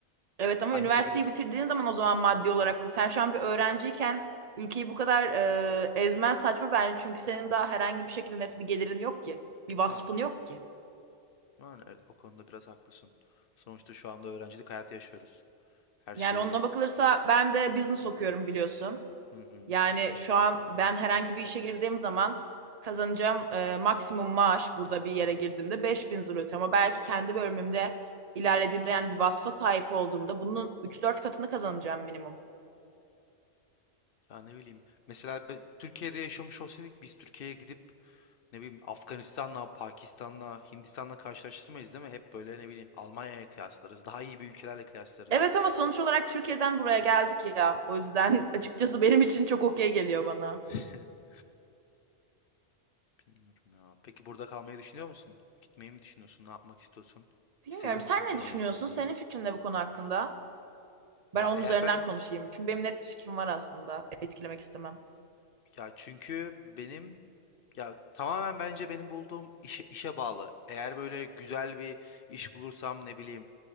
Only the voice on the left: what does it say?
Aynı
şekilde
Aa,
yani evet o konuda biraz haklısın. Sonuçta şu anda öğrencilik hayatı yaşıyoruz. Her şeyi
hı hı.
Ya ne bileyim. Mesela be- Türkiye'de yaşamış olsaydık biz Türkiye'ye gidip ne bileyim Afganistan'la, Pakistan'la, Hindistan'la karşılaştırmayız değil mi? Hep böyle ne bileyim Almanya'ya kıyaslarız. Daha iyi bir ülkelerle kıyaslarız.
<laughs> Bilmiyorum ya. Peki burada kalmayı düşünüyor musun? Gitmeyi mi düşünüyorsun? Ne yapmak istiyorsun?
Seviyor
musun Polonya'yı?
Ya
eğer
ben
ya çünkü benim ya tamamen bence benim bulduğum işe, işe bağlı. Eğer böyle güzel bir iş bulursam ne bileyim